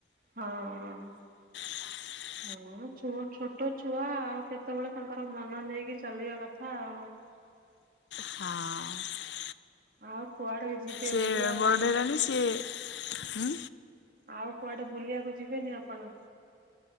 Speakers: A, on the right; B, on the left.
A: ହଁ।
B: <inaudible>
A: ହଁ ଛୋ ଛୋଟ ଛୁଆ ଆଉ କେତେବେଳେ ତାଙ୍କର ମନ ନେଇକି ଚାଲିବା କଥା ଆଉ।
B: ହଁ।
A: ଆଉ କୁଆଡେ କୁ ଯିବେ
B: ସେ
A: ବୁଲିବା
B: ବଡ଼ଟେ
A: ପାଇଁ?
B: ହେଲାଣି ସିଏ ହୁଁ
A: ଆଉ କୁଆଡେ ବୁଲିବାକୁ ଯିବେନି ଆପଣ?